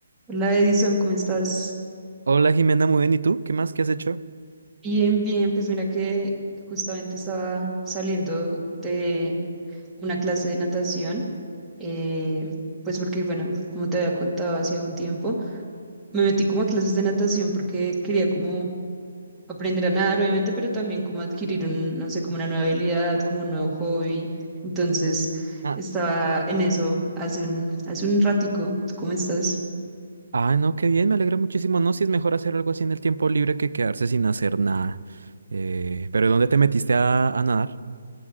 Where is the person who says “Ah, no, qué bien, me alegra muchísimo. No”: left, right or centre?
Right